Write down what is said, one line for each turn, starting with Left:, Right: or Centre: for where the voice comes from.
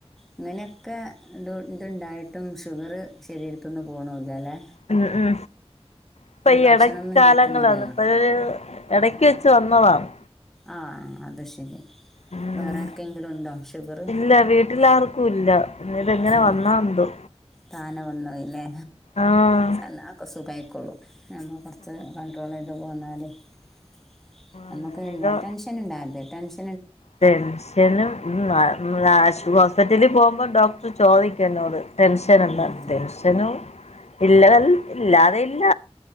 Centre: ഇങ്ങനെക്കെ ഡൂ ഇതുണ്ടായിട്ടും ഷുഗർ ശെരിരത്തിന്ന് പോണൂലല്ലേ
Left: ഉം ഉം ഇപ്പൊ ഈ
Centre: ഭക്ഷണമൊന്നും
Left: ഇടക്കാലങ്ങളാണ്
Centre: ചെത്തണില്ലല്ലോ
Left: ഇപ്പൊ ഇടക്ക് വെച്ച് വന്നതാണ്
Centre: ആഹ് അത് ശരി
Left: ഉം
Centre: വേറെ ആർക്കെങ്കിലും ഉണ്ടോ ഷുഗർ
Left: ഇല്ല വീട്ടിലാർക്കും ഇല്ല ഇതെങ്ങനെ
Centre: ഉം
Left: വന്നാന്തോ
Centre: താന വന്നത് ല്ലേ
Left: ആഹ്
Centre: സാരല്ല അതൊക്ക സുഖായി കൊള്ളും നമ്മൾ കുറച്ച് കൺണ്ട്രോൾ ചെയ്ത് പോന്നാല് <inaudible> നമക്ക്
Left: അങ്ങനെയൊക്കെ
Centre: പിന്നെ ടെൻഷനിണ്ടാവരുത് ടെൻഷ
Left: ടെൻഷനും മ് ആശ്വാസം പിറ്റലിൽ പോവുമ്പോ ഡോക്ടർ ചോദിക്കെന്നോട് ടെൻഷനുണ്ട
Centre: ആ
Left: ടെൻഷനും ഇല്ലൽ ഇല്ലാതില്ല